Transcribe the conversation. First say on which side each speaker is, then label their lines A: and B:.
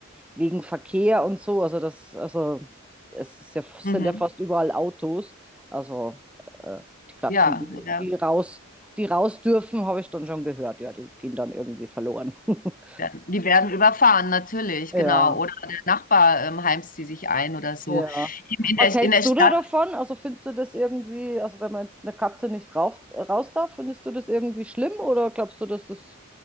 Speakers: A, in the centre; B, on the left.
A: wegen Verkehr und so. Also das, also es ist ja, sind
B: mhm.
A: ja fast überall Autos. Also äh, die Katzen,
B: Ja,
A: die,
B: ja.
A: die raus, die raus dürfen, habe ich dann schon gehört. Ja, die gehen dann irgendwie verloren. <laughs>
B: Werden- Die werden überfahren, natürlich,
A: Ja,
B: genau. Oder der Nachbar ähm, heimst sie sich ein oder so.
A: ja.
B: Eben in
A: Was
B: der,
A: hältst
B: in der Stadt,
A: du da davon? Also findest du das irgendwie, also wenn man jetzt eine Katze nicht rauf, raus darf, findest du das irgendwie schlimm oder glaubst du, dass das